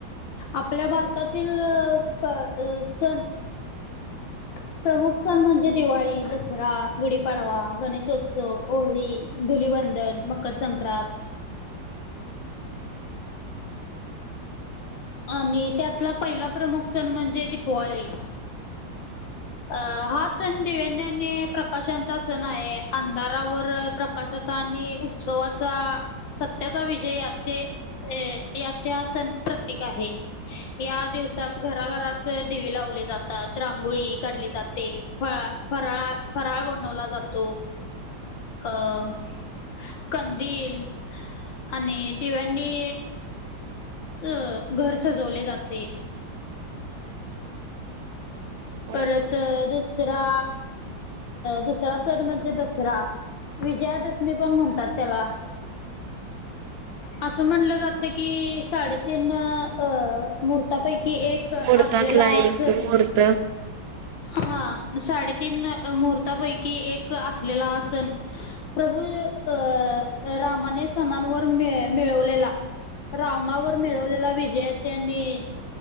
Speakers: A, on the left (about 75°); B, on the right (about 55°).
A: आपल्या भारतातील ल अ सण <unintelligible> प्रमुख सण म्हणजे दिवाळी, दसरा, गुढीपाडवा गणेशोत्सव, होळी धुलीवंदन, मकर संक्रांत आणि त्यातला पहिला प्रमुख सण म्हणजे दिपवाळी. अ, हा सण दिव्यान्याने प्रकाशांचा सण आहे. अंधारावर प्र कशाचा आणि उत्सवाचा सत्याचा विजय, आजचे अ, याच्या सण प्रतीक आहे. या दिवसात घरा-घरात दिवे लावले जातात. रांगोळी काढली जाते. फ, फराळ -फराळ बनवला जातो. अं, कंदील आणि दिव्यांनी अ, घर सजवले जाते.
B: हो,
A: परत दुसरा, दुसरा सण म्हणजे दसरा. विजयादशमी पण म्हणतात त्याला. असं म्हणलं जात की, साडेतीन अ, महूर्तापैकी एक असलेला
B: मुहूर्तातला
A: हा
B: एक
A: सण.
B: मुहूर्त
A: हा, साडेतीन मुहूर्तापैकी एक असलेला सण. प्रभू अ, रामाने सणांवर मिळवलेला. रावणावर मिळवलेल्या विजयच्या आणि